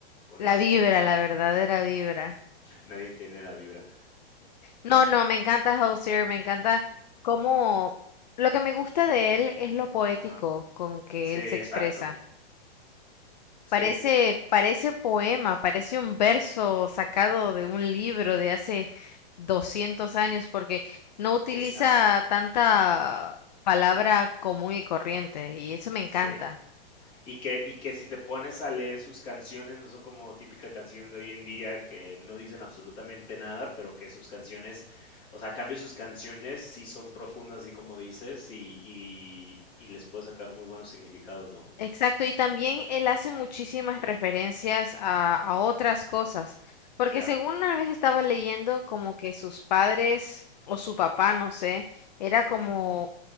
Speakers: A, on the left; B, on the left.
A: con
B: La
A: eso.
B: vibra, la verdadera vibra.
A: Nadie entiende la vibra.
B: No, no, me encanta Hozier, me encanta cómo... Lo que me gusta de él es lo poético
A: Ajá.
B: con que
A: Sí,
B: él se expresa.
A: exacto.
B: Parece,
A: Sí,
B: parece poema, parece un verso sacado de un libro de hace 200 años, porque no utiliza
A: exacto.
B: tanta palabra común y corriente, y eso me encanta.
A: Sí. Y que, y que si te pones a leer sus canciones, no son como típica canción de hoy en día que no dicen absolutamente nada, pero que sus canciones, o sea, a cambio sus canciones sí son profundas, así como dices, y, y, y les puede sacar muy buenos significados, ¿no?
B: Exacto, y también él hace muchísimas referencias a, a otras cosas, porque
A: Ya.
B: según una vez estaba leyendo como que sus padres o su papá, no sé, era como
A: Ujú,